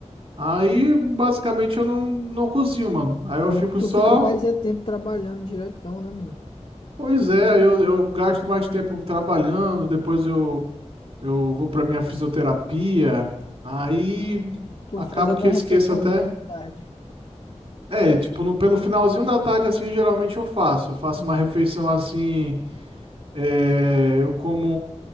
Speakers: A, on the right; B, on the left.
A: Aí, basicamente, eu não, não cozinho, mano. Aí eu
B: Bom
A: fico
B: que tu
A: só.
B: fica mais é tempo trabalhando diretão, né, mano?
A: Pois é, aí eu, eu gasto mais tempo trabalhando, depois eu, eu vou pra minha fisioterapia. Aí
B: Tu
A: acabo
B: faz alguma
A: que eu esqueço
B: refeiçãozinha
A: até.
B: de tarde.
A: É, tipo, no, pelo finalzinho da tarde, assim, geralmente eu faço. Eu faço
B: Uhum.
A: uma refeição assim. é, eu como